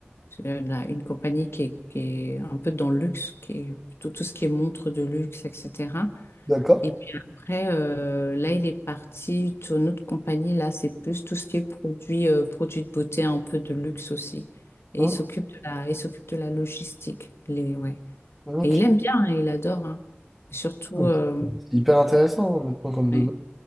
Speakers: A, on the left; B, in the centre.
A: euh, là, une compagnie qui est, qui est un peu dans le luxe, qui est tout, tout ce qui est montre de luxe, etc.
B: D'accord.
A: Et puis après, euh, là, il est parti sur notre compagnie. Là, c'est plus tout ce qui est produit, euh, produit de beauté, un peu de luxe aussi. Et
B: Hum,
A: il s'occupe de la, il s'occupe de la logistique. Les, ouais.
B: ok.
A: Et il aime bien, hein, il adore. hein. Et Surtout,
B: Oui.
A: euh,
B: C'est hyper intéressant, maintenant, comme domaine.
A: ouais,